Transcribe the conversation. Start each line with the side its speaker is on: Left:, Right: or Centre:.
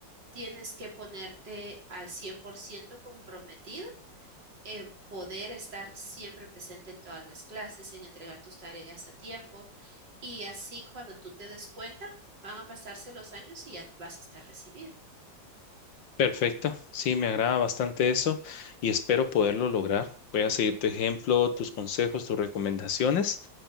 Right: tienes que ponerte al 100% comprometida en poder estar siempre presente en todas las clases, en entregar tus tareas a tiempo y así cuando tú te des cuenta, van a pasarse los años y ya vas a estar recibido.
Left: Perfecto. Sí, me agrada bastante eso y espero poderlo lograr. Voy a seguir tu ejemplo, tus consejos, tus recomendaciones